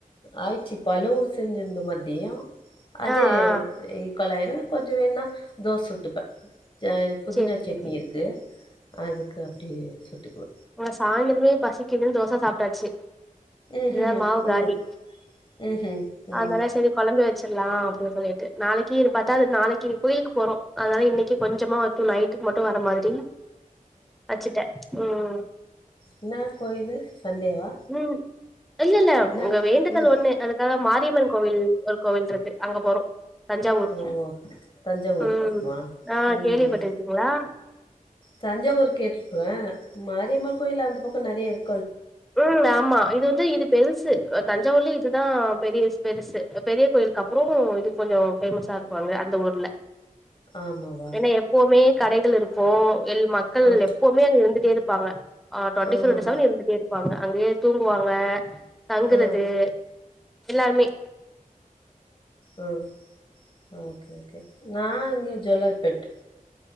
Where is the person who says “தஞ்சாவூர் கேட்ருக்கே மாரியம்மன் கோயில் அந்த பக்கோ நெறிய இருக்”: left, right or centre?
Left